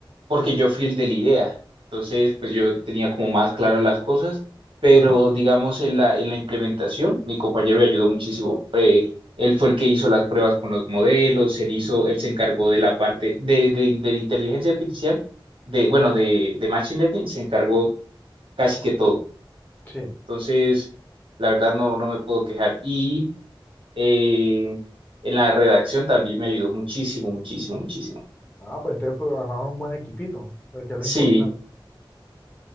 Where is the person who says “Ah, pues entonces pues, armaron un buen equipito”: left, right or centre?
Left